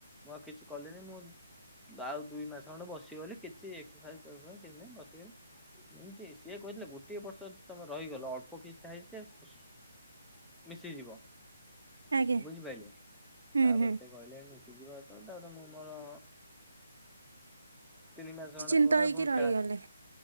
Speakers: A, in the centre; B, on the right.
A: ମୁଁ ଆଉ କିଛି କଲିନି, ମୁଁ ଆଉ ଦୁଇ ମାସ ଖଣ୍ଡେ ବସି ଗଲି କିଛି ଏକ୍ସର୍ସାଇଜ୍ ଫେକ୍ସରସାଇଜ କିଛି ନାଇଁ ବସିଗଲି ଏମତି ସିଏ କହିଥିଲେ ଗୋଟିଏ ବର୍ଷ ଯଦି ତମେ ରହିଗଲ, ଅଳ୍ପ କିଛିଟା ହେଇଚି ସିଏ ଆଉ ସୁ ମିଶିଯିବ।
B: ଆଜ୍ଞା ଆଜ୍ଞା
A: ବୁଝିପାଇଲେ?
B: ହୁଁ
A: ତାପରେ
B: ହୁଁ
A: ସେ କହିଲେ ମିଶିଯିବ ଯେତେବେଳେ ତାପରେ ମୁଁ ମୋର ତିନି ମାସ
B: ଶ୍ଚିନ୍ତ
A: ଖଣ୍ଡେ ପରେ
B: ହେଇକି
A: ପୁଣି
B: ରହିଗଲେ।
A: ଖେଳା